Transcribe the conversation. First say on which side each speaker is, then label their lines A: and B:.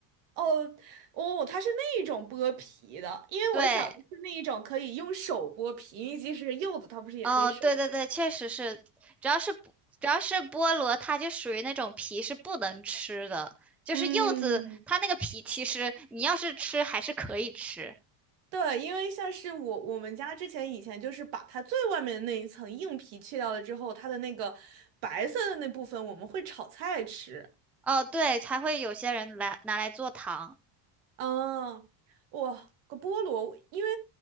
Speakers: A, on the right (about 70°); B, in the centre.
A: 哦，哦，它是那一种剥皮的，因为我想的是那一种可以用手剥皮，
B: 对，
A: 因为即使是柚子，它不是也可以手剥？
B: 哦，对对对，确实是，主要是不主要是菠萝，它就属于那种皮是不能吃的，就是柚子它那个皮，
A: 嗯，
B: 其实你要是吃还是可以吃。
A: 对，因为像是我我们家之前以前就是把它最外面的那一层硬皮去掉了之后，它的那个白色的那部分我们会炒菜吃。
B: 哦，对，才会有些人来拿来做糖，
A: 哦，我个菠萝，因为